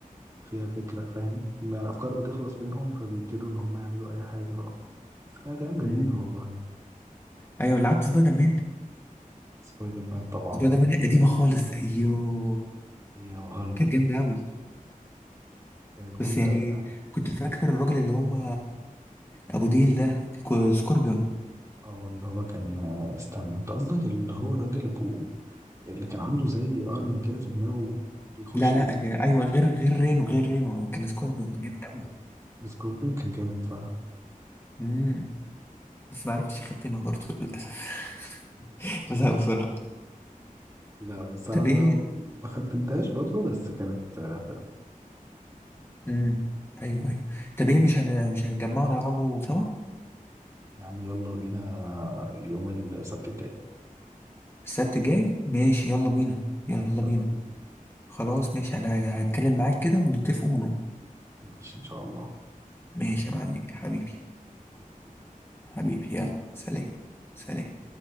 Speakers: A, on the right (about 20°); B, on the left (about 15°).
A: فيها فكرة فاهم يعني الأفكار بتخلص منهم فبيبتدوا إن هم يعملوا أي حاجة بقى بس كانت أيام جميلة
B: امم
A: والله
B: ايوه لعبت سبايدر مان
A: سبايدر مان طبعا
B: سبايدر مان قديمه خالص ايوه
A: هي وهل
B: كانت جامده قوي
A: كانت جامدة
B: بس يعني
A: أوي بقى.
B: كنت فاكر الراجل اللي هو ابو ديل ده كو- سكوربيون
A: اه اللي هو كان استنى انت قصدك اللي هو الراجل ابو اللي كان عنده زي قرن كده في دماغه بيخش
B: لا لا ده- ايوه غير غير رينو غير رينو كان سكوربيون جامد قوي
A: سكوربيون كان جامد فعلا
B: امم بس ما عرفتش اختمها برضه للاسف <laughs> بزهق بسرعه
A: لا بس انا
B: طب
A: ما
B: ايه
A: ما ختمتهاش برضه بس كانت آه، حلوه
B: امم ايوه ايوه طب ايه مش هن... مش هنتجمع ونلعبه سوا
A: يعني يلا بينا يوم السبت الجاي
B: السبت الجاي ماشي
A: اه
B: يلا بينا يلا
A: يلا
B: بينا
A: بينا
B: خلاص
A: ماشي
B: ماشي انا هتكلم معاك كده ونتفق ونروح
A: ماشي ان شاء
B: ماشي يا معلم حبيبي
A: الله
B: حبيبي يلا سلام سلام